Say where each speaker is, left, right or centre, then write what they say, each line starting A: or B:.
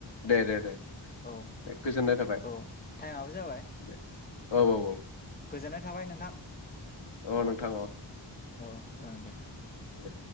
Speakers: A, on the left; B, on the left.
A: दे दे दे
B: औ
A: दे गोजोननाय थाबाय
B: औ टाइमाबो जाबाय।
A: दे औ औ औ
B: गोजोननाय थाबाय नोंथां।
A: अ नोंथां अ।
B: औ ओं दे।
A: दे।